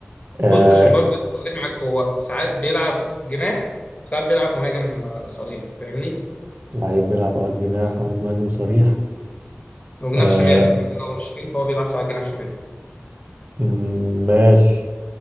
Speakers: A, on the right; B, on the left.
A: آه
B: بص عشان برضه أبقى صريح معاك هو ساعات بيلعب جناح ساعات بيلعب مهاجم آه، صريح فاهمني
A: لعيب بيلعب اوقات جناح اوقات مهاجم صريح
B: وجناح
A: آه
B: شمال يعني احنا لو مش شمال فهو بيلعب ساعات جناح شمال
A: م- ماشي